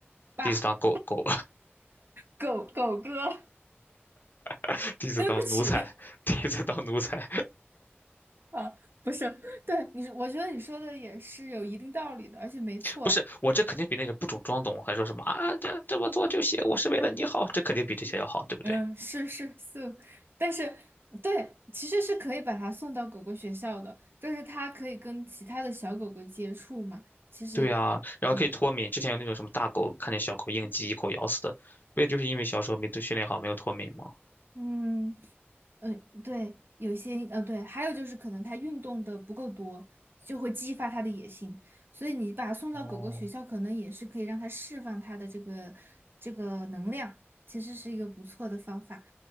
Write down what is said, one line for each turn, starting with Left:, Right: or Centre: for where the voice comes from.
Right: 爸，
Left: 第一次当狗狗，
Right: 狗狗哥，
Left: <laughs>
Right: <laughs>
Left: 第一次当奴才，
Right: 对不起，
Left: 第一次当奴才，
Right: 啊，不是，对你，我觉得你说的也是有一定道理的，而且没错，
Left: 不是我这肯定比那个不懂装懂，还说什么啊这这么做就行，我是为了你好，这肯定比这些要好，对不对？
Right: 嗯是是是，但是对，其实是可以把它送到狗狗学校的，就是它可以跟其他的小狗狗接触嘛。其实，
Left: 对呀，然后可以脱敏，
Right: 嗯
Left: 之前有那种什么大狗看见小狗应激一口咬死的，不也就是因为小时候没训练好，没有脱敏吗？
Right: 嗯。嗯，呃对，有一些，呃，对，还有就是可能他运动的不够多，就会激发他的野性，所以你把他送到狗狗学校，
Left: 哦，
Right: 可能也是可以让他释放他的这个这个能量，其实是一个不错的方法，